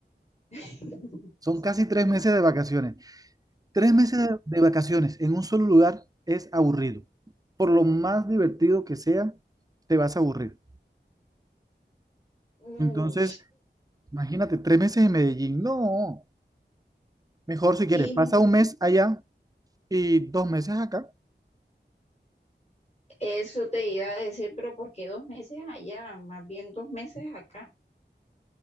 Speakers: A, on the left; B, on the right.
A: <laughs>
B: Son casi tres meses de vacaciones. Tres meses de, de vacaciones en un solo lugar es aburrido. Por lo más divertido que sea, te vas a aburrir.
A: mm,
B: Entonces, imagínate, tres meses en Medellín. No, mejor si quieres,
A: Y,
B: pasa un mes
A: y
B: allá y dos meses acá.
A: eso te iba a decir, pero ¿por qué dos meses allá? Más bien dos meses acá.